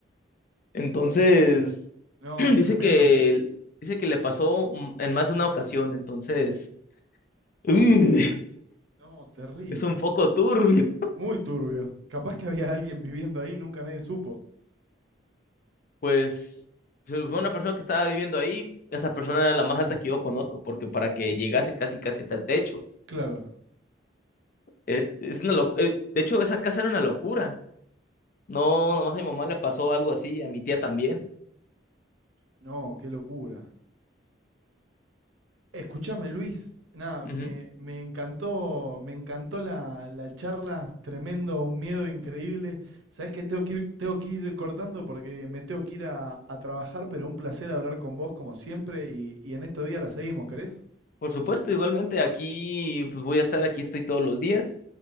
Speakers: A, on the left (about 45°); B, on the right (about 90°).
A: Entonces,
B: No,
A: <clears throat> dice
B: tremendo.
A: que dice que le pasó mm, en más de una ocasión, entonces mm,
B: No, terrible.
A: <laughs> es un poco turbio.
B: Muy turbio. Capaz que había alguien viviendo ahí, nunca nadie supo.
A: Pues fue una persona que estaba viviendo ahí, esa persona era la más alta que yo conozco, porque para que llegase casi casi hasta el techo
B: Claro.
A: Eh, es una loc- eh, de hecho, esa casa era una locura. No, nomás a mi mamá le pasó algo así, a mi tía también.
B: No, qué locura. Escúchame, Luis. Nada,
A: Ujú.
B: me, me encantó, me encantó la, la charla, tremendo, un miedo increíble. Sabés que tengo que ir, tengo que ir cortando porque me tengo que ir a, a trabajar, pero un placer hablar con vos como siempre y, y en estos días la seguimos, ¿querés?
A: Por supuesto, igualmente aquí, pues voy a estar aquí, estoy todos los días.